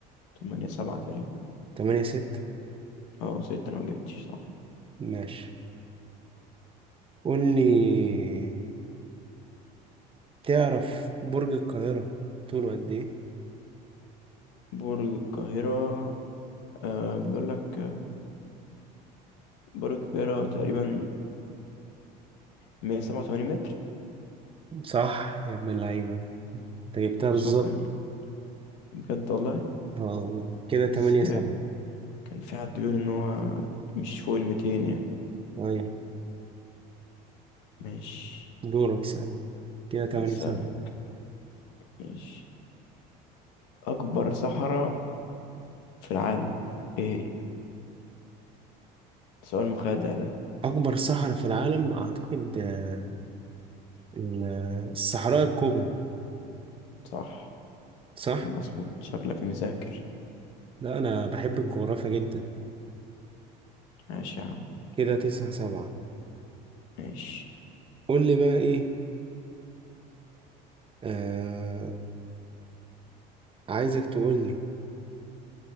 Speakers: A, on the left; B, on the right.
A: تمانية سبعة تقريبا
B: تمانية ستة
A: أه ستة أنا مجبتش صح
B: ماشي قول لي تعرف برج القاهرة طوله قد إيه؟
A: برج القاهرة آه بيقول لك آه، برج القاهرة تقريبا مية سبعة وتمانين متر
B: صح يا ابن اللعيبة انت جبتها
A: بس
B: بالظبط
A: هو كان بجد والله
B: اه والله كده تمانية
A: بس هي
B: سبعة
A: كان في حد بيقول ان هو مش فوق الميتين يعني
B: أيوة
A: ماشي
B: دورك سأل كده تمانية
A: أسألك
B: سبعة
A: ماشي اكبر صحراء في العالم ايه هي؟ سؤال مخادع ده
B: أكبر صحراء في العالم أعتقد آه، ال- آه، الصحراء الكبرى
A: صح
B: صح؟
A: كان مظبوط شكلك مذاكر
B: لا أنا بحب الجغرافيا جدا
A: ماشي يا عم
B: كده تسعة سبعة
A: ماشي
B: قول لي بقى إيه آه عايزك تقول لي